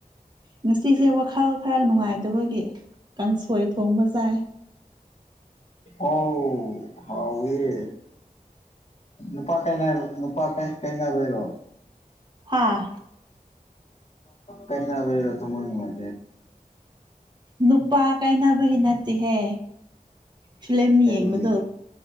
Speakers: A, on the right; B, on the left.
A: ꯉꯁꯤꯁꯦ ꯋꯥꯈꯜ ꯈꯔ ꯅꯨꯡꯉꯥꯏꯇꯕꯒꯤ ꯀꯪ ꯁꯣꯏ ꯊꯣꯡꯕ ꯆꯥꯏ
B: ꯑꯣꯥꯎ ꯍꯥꯎ ꯑꯦ ꯅꯨꯄꯥ ꯀꯩꯅ ꯅꯨꯄꯥ ꯀꯩꯅꯩꯅ ꯑꯣꯏꯔꯣ
A: ꯍꯥꯥ
B: ꯀꯩꯅꯅꯕꯔ ꯊ ꯃꯣꯏꯅꯅꯨꯡꯉ
A: ꯅꯨꯄꯥ ꯀꯥꯏꯅꯕꯒꯤ ꯅꯠꯇꯦꯍꯦ ꯐꯤꯂꯝꯂꯝ
B: ꯀꯩꯒꯤ
A: ꯌꯦꯡꯕꯗꯣ